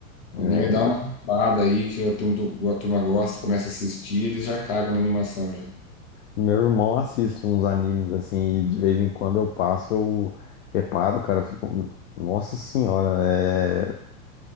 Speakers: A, on the left; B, on the left.
A: é,
B: Anime dá uma hypada aí que a turma, do- a turma gosta, começa a assistir, eles já cagam na animação já.
A: Meu irmão assiste uns animes assim, e de vez em quando eu passo, eu reparo, cara, eu fico, nossa senhora, é.